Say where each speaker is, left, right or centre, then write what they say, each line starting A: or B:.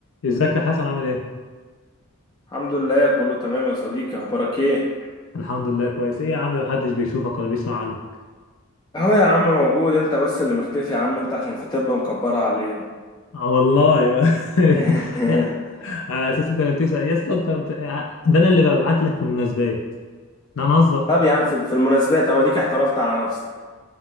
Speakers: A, on the left (about 60°); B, on the left (about 20°).
A: ازيك يا حسن عامل ايه؟
B: الحمد لله كله تمام يا صديقي اخبارك ايه
A: الحمد لله كويس ايه يا عم محدش بيشوفك ولا بيسمع عنك
B: اهو يا عم موجود انت بس اللي مختفي يا عم انت عشان في طب مكبره علينا
A: آه والله
B: <laughs>
A: <laughs> على اساس انت اللي بتسأل يا اسطى انت بت... آه، ده انا اللي ببعت لك في المناسبات لا انا هزر
B: طب يا عم في في المناسبات هو ديك اعترفت على نفسك